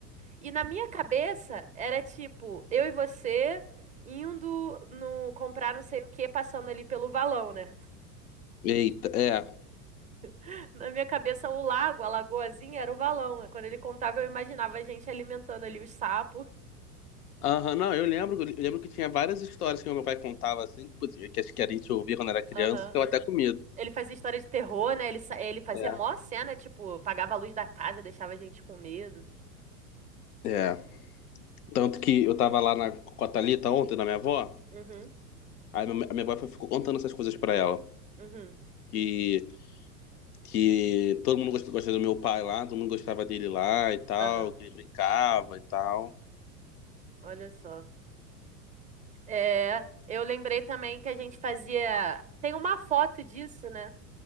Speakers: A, on the right; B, on the left.
A: E na minha cabeça era tipo, eu e você indo no comprar não sei o que, passando ali pelo valão, né?
B: Eita, é.
A: <laughs> Na minha cabeça, o lago, a lagoazinha, era o valão. né? Quando ele contava, eu imaginava a gente alimentando ali os sapos.
B: Aham, não, eu lembro, eu lembro que tinha várias histórias que meu pai contava assim, que que acho que a gente ouvia quando era criança,
A: Aham.
B: ficava até com medo.
A: Ele fazia história de terror, né? Ele, sa- ele fazia
B: É.
A: mó cena, tipo, apagava a luz da casa, deixava a gente com medo.
B: É. Tanto que eu tava lá na, com a Thalita ontem, na minha avó,
A: Uhum,
B: aí meu- a minha avó ficou contando essas coisas pra ela.
A: uhum,
B: Que que todo mundo gosta, gosta do meu pai lá, todo mundo gostava dele lá e tal,
A: aham.
B: que ele brincava e tal.
A: Olha só. É, eu lembrei também que a gente fazia. Tem uma foto disso, né?